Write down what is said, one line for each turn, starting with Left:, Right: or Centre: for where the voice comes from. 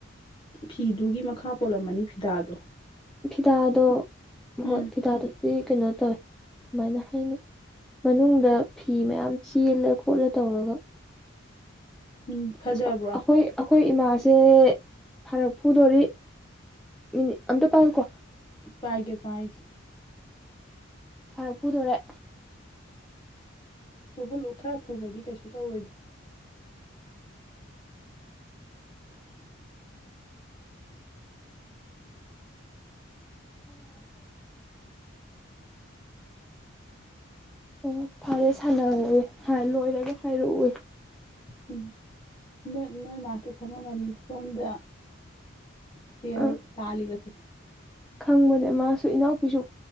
Left: ꯐꯤꯗꯨꯒꯤ ꯃꯈꯥ ꯄꯣꯜꯂꯝꯃꯅꯤ ꯐꯤꯇꯥꯗꯣ꯫
Centre: ꯐꯤꯗꯥꯗꯣ ꯍꯣꯏ
Left: ꯎꯝ
Centre: ꯐꯤꯗꯥꯗꯨꯗꯤ ꯀꯩꯅꯣ ꯇꯧꯋꯤ ꯀꯃꯥꯏꯅ ꯍꯥꯏꯅꯤ꯫ ꯃꯅꯨꯡꯗ ꯐꯤ ꯃꯌꯥꯝ ꯆꯦꯜꯂ ꯈꯣꯠꯂ ꯇꯧꯔꯒ꯫
Left: ꯎꯝ ꯐꯖꯕ꯭ꯔꯣ
Centre: ꯆ ꯑꯈꯣꯏ ꯑꯈꯣꯏ ꯏꯃꯥꯁꯦ ꯐꯔꯛ ꯐꯨꯗꯣꯔꯤ꯫ ꯃꯤꯅꯤꯠ ꯑꯝꯇ ꯄꯥꯏꯌꯨꯀꯣ꯫
Left: ꯄꯥꯏꯒꯦ-ꯄꯥꯏꯒꯦ꯫
Centre: ꯐꯔꯛ ꯐꯨꯗꯣꯔꯦ꯫
Left: ꯐꯨꯍꯜꯂꯨ ꯈꯔꯥ ꯐꯨꯕꯗꯤ ꯀꯩꯁꯨ ꯇꯧꯔꯣꯏꯗ꯫
Centre: <unintelligible> ꯑꯣ ꯐꯔꯦ ꯁꯥꯟꯅꯔꯣꯋꯦ ꯍꯥꯏ ꯂꯣꯏꯔꯒ ꯍꯥꯏꯔꯛꯑꯣꯌꯦ꯫
Left: ꯎꯝ ꯅꯣꯏ ꯅꯣꯏ ꯃꯥꯁꯨ ꯈꯪꯉꯝꯃꯅꯤ ꯁꯣꯝꯗ ꯁꯦꯜ
Centre: ꯑꯥ
Left: ꯇꯥꯜꯂꯤꯕꯁꯦ꯫
Centre: ꯈꯪꯕꯅꯦ ꯃꯥꯁꯨ ꯏꯅꯥꯎꯄꯤꯁꯨ